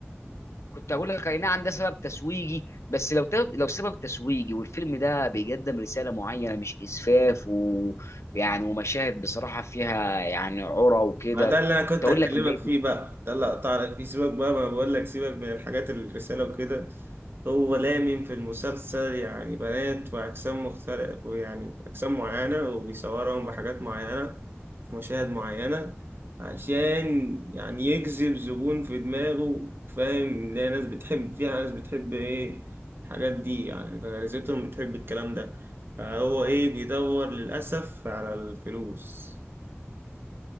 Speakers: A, on the left (about 80°); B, on the right (about 50°).
A: كنت هقول لك اي نعم ده سبب تسويقي بس لو تب... لو سبب تسويقي والفيلم ده بيقدم رساله معينه مش اسفاف ويعني ومشاهد بصراحه فيها يعني عرى وكده
B: ما ده اللي انا كنت
A: كنت اقول
B: هكلمك
A: لك ماشي
B: فيه بقى ده اللي هقطع لك فيه سيبك بقى ما بقول لك سيبك من الحاجات الرساله وكده هو لامم في المسلسل يعني بنات واجسام مختلفه ويعني اجسام معينه وبيصورهم بحاجات معينه في مشاهد معينه عشان يعني يجذب زبون في دماغه فاهم لا ناس بتحب فيها ناس بتحب ايه الحاجات دي يعني غريزتهم بتحب الكلام ده فهو ايه بيدور للاسف على الفلوس